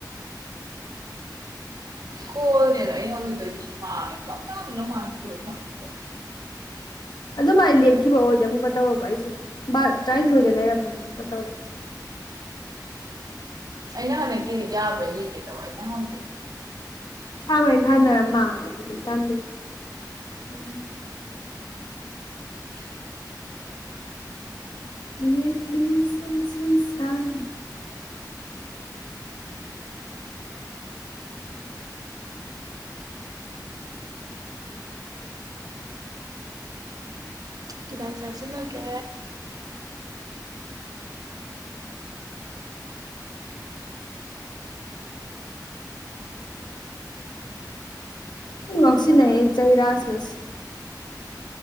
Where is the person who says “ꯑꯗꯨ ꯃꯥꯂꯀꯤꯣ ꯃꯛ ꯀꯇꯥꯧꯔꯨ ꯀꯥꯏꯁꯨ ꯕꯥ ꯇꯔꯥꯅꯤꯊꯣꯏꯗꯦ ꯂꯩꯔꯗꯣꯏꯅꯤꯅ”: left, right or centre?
Left